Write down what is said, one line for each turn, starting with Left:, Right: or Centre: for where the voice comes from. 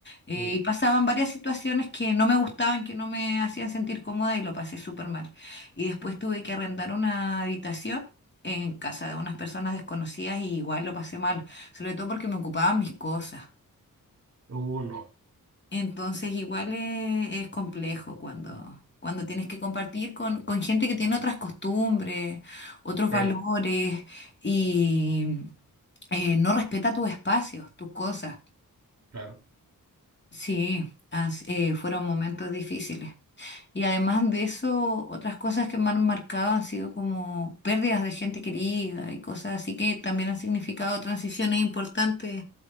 Left: Eh,
Right: uh,
Left: y pasaban varias situaciones que no me gustaban, que no me hacían sentir cómoda y lo pasé súper mal. Y después tuve que arrendar una habitación en casa de unas personas desconocidas y igual lo pasé mal, sobre todo porque me ocupaban mis cosas.
Right: uh, no,
Left: Entonces igual es, es complejo cuando, cuando tienes que compartir con, con gente que tiene otras costumbres, otros valores
Right: sí,
Left: y eh, no respeta tus espacios, tus cosas.
Right: claro,
Left: Sí, as- eh, fueron momentos difíciles. Y además de eso, otras cosas que me han marcado han sido como pérdidas de gente querida y cosas así que también han significado transiciones importantes